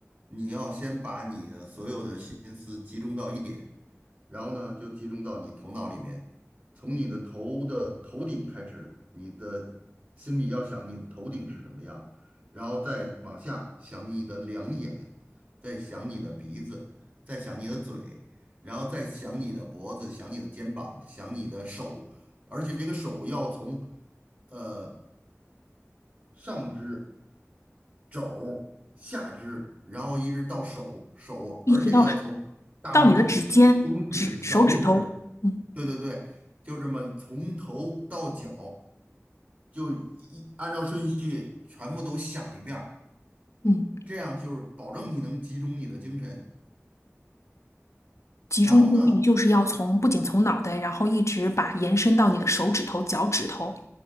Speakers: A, on the right; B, on the left.
A: 你要先把你的所有的心思集中到一点，然后呢，就集中到你头脑里面，从你的头的头顶开始，你的心里要想你的头顶是什么样，然后再往下想你的两眼，再想你的鼻子，再想你的嘴，然后再想你的脖子，想你的肩膀，想你的手，而且这个手要从。呃，上肢、肘、下肢，然后一直到手手，
B: 一直到
A: 而且要从大拇指、
B: 到你的指尖、
A: 小中指、
B: 指手指头，
A: 小拇指，
B: 嗯
A: 对对对，就这么从头到脚，就一按照顺序全部都想一遍儿
B: 嗯，
A: 这样就是保证你能集中你的精神。
B: 集中精力就是要从不仅从脑袋，
A: 然后呢，
B: 然后一直把延伸到你的手指头、脚趾头。